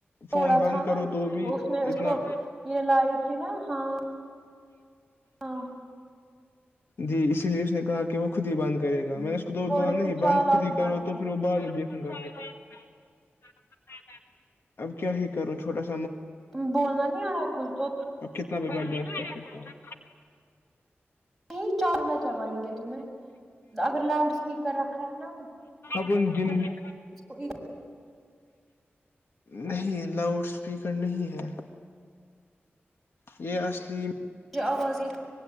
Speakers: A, in the centre; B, on the left.
A: توڑا
B: فون بند
A: تھا
B: کرو
A: نا
B: بھی
A: تو اس نے اس
B: اتنا
A: کو یہ لائی نا ہاں ہاں
B: جی اسی لیے اس نے کہا کہ وہ خود ہی بند کرے گا میں نے اس کو تو
A: تھوڑے
B: نہیں
A: سے چالاک
B: بند خود ہی
A: بنو
B: کرو تو پھر ابال گم <inaudible> اب کیا ہی کروں چھوٹا س
A: ت بولنا نہیں آ رہا کھ تو
B: اور کتاب بڈ کتا <unintelligible> <inaudible>
A: نہیں چالنا چبائیں گے تمہیں اگر لاؤڈ اسپیکر رکھا ہے نا
B: کون دن <inaudible>
A: اس کوئی <unintelligible>
B: نہیں لاؤڈ اسپیکر نہیں ہے یہ اصلی
A: جو آواز ای